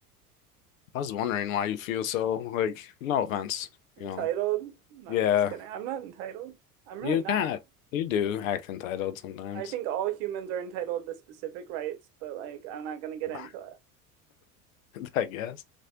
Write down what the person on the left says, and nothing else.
I was wondering why you feel so like no offense,
you know.
Yeah.
You
kind of you do act entitled sometimes.
<laughs>
I guess.